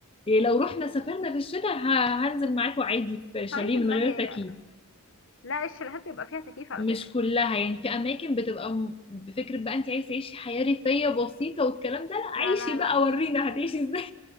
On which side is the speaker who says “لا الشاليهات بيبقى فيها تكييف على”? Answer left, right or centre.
Left